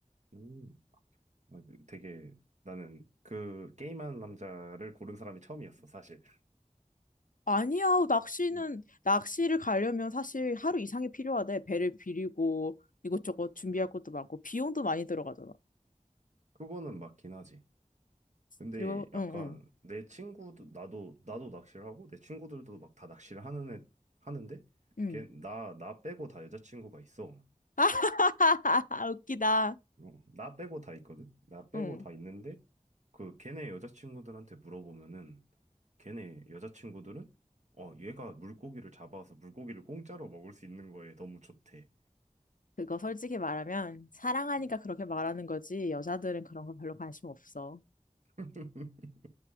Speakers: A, on the right; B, on the left.
A: 음. 맞- 되게 나는 그 게임하는 남자를 고른 사람이 처음이었어, 사실.
B: 아니야, 낚시는
A: 음.
B: 낚시를 가려면 사실 하루 이상이 필요하대. 배를 비리고 이것저것 준비할 것도 많고 비용도 많이 들어가잖아.
A: 그거는 맞긴 하지. 근데
B: 그리고
A: 약간
B: 응 응.
A: 내 친구도 나도 나도 낚시를 하고 내 친구들도 막 다 낚시를 하는 애 하는데
B: 응.
A: 걔 나 나 빼고 다 여자친구가 있어.
B: <laughs> 웃기다.
A: 어, 나 빼고 다 있거든? 나 빼고
B: 응.
A: 다 있는데, 그, 걔네 여자친구들한테 물어보면은, 걔네 여자친구들은, 어, 얘가 물고기를 잡아서 물고기를 공짜로 먹을 수 있는 거에 너무 좋대.
B: 그거 솔직히 말하면 사랑하니까
A: 음.
B: 그렇게 말하는 거지 여자들은 그런 거 별로 관심 없어.
A: <laughs>